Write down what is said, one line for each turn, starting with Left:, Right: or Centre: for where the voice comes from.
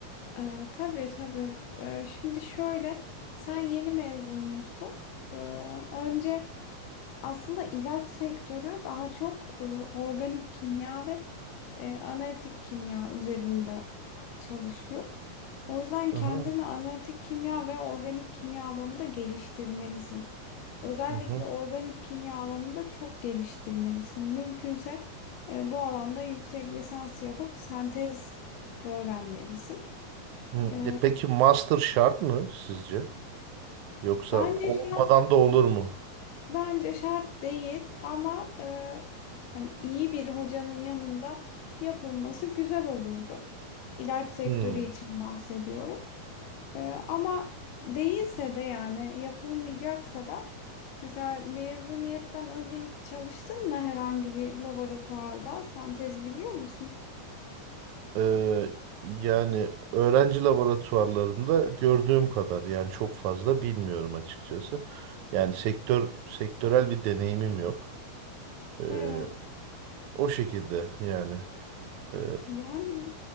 Left: e, tabii tabii. Ee, şimdi şöyle sen yeni mezunmuşsun. Ee, önce Aslında ilaç sektörü daha çok e, organik kimya ve e, analitik kimya üzerinde çalışıyor. O yüzden kendini
Right: Aha,
Left: analitik kimya ve organik kimya alanında geliştirmelisin. Özellikle
Right: aha. Hı.
Left: organik kimya alanında çok geliştirmelisin. Mümkünse e, bu alanda yüksek lisans yapıp sentez öğrenmelisin.
Right: Hı.
Left: E,
Right: E peki master şart mı sizce? Yoksa
Left: bence
Right: olmadan
Left: şart
Right: da olur mu?
Left: Bence şart değil ama e, hani iyi bir hocanın yanında yapılması güzel olurdu. İlaç sektörü
Right: Hı.
Left: için bahsediyorum. E, ama değilse de yani yapılmayacaksa da mesela mezuniyetten önce hiç çalıştın mı herhangi bir laboratuvarda? Sen tez biliyor musun?
Right: Ee, yani öğrenci laboratuvarlarında gördüğüm kadar yani çok fazla bilmiyorum açıkçası. Yani sektör sektörel bir deneyimim yok. Ee,
Left: Evet.
Right: o şekilde yani. Ee,
Left: Yani